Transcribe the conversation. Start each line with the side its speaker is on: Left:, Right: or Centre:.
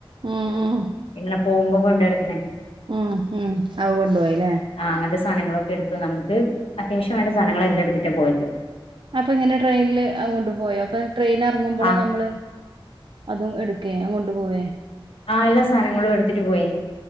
Right: ഉം ഉം
Left: ഇങ്ങനെ പോകുമ്പോ കൊണ്ട് നടക്കുന്ന
Right: ഉം ഉം അവ കൊണ്ടു പോയില്ലേ
Left: ആ അങ്ങനത്തെ സാധനങ്ങളൊക്കെ എടുത്ത് ന നമുക്ക് അത്യാവശ്യം വേണ്ട സാധനങ്ങൾ എല്ലാം എടുത്ത് ട്ട പോയിട്ട്
Right: അപ്പൊ ഇങ്ങനെ ട്രെയിനിില് അങ്ങോട്ടു പോയോ അപ്പൊ ട്രെയിൻ ഇറങ്ങുമ്പോള്
Left: ആ
Right: നമ്മള് അതും എടുക്കെ അതുംകൊണ്ട്‌ പോവേ
Left: ആഹ് എല്ലാ സാനങ്ങളും എടുത്തിട്ട് പോയി